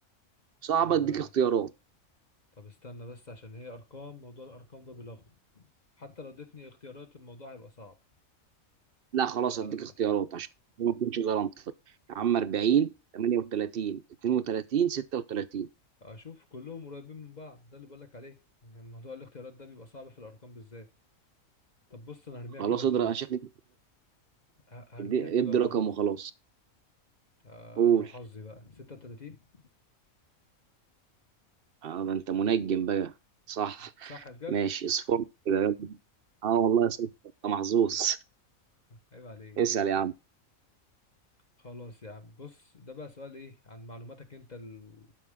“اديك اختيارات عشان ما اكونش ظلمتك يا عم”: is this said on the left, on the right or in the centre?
Right